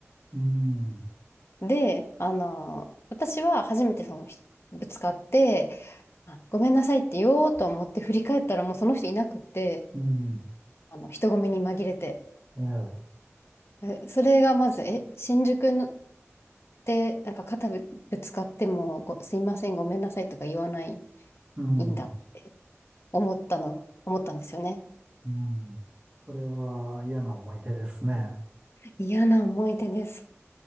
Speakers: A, on the right; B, on the left.
A: うん。
B: で、あの、私は初めてその人、ぶつかって、あごめんなさいって言おうと思って振り返ったらもうその人いなくって、
A: うん。
B: あの、人混みに紛れて。
A: ええ、
B: えそれがまず、え、新宿のって、なんか肩ぶ、ぶつかってもご、すいません、ごめんなさいとか言わない、い
A: うん。
B: いんだ、
A: う
B: 思ったの、思ったんですよね。
A: ん。これは嫌な思い出ですね。
B: 嫌な思い出です。